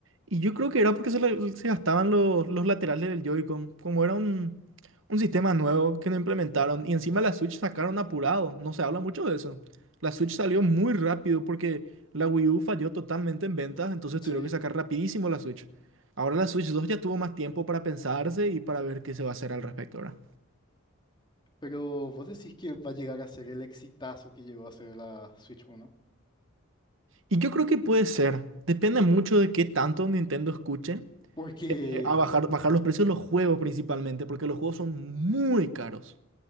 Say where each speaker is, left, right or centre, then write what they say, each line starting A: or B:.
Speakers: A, on the right (about 65°); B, on the left (about 20°).
A: Y yo creo que era porque se, le- se gastaban los, los laterales del Joy-Con. Como era un, un sistema nuevo que no implementaron. Y encima la Switch sacaron apurado. No se habla mucho de eso. La Switch salió muy rápido porque la Wii U falló totalmente en ventas. Entonces
B: Sí,
A: tuvieron que sacar rapidísimo la Switch. Ahora la Switch 2 ya tuvo más tiempo para pensarse y para ver qué se va a hacer al respecto ahora.
B: pero vos decís que va a llegar a ser el exitazo que llegó a ser la Switch uno.
A: Y yo creo que puede ser. Depende mucho de qué tanto Nintendo escuche
B: Porque
A: eh, a bajar, bajar los precios de los juegos principalmente, porque los juegos son muy caros.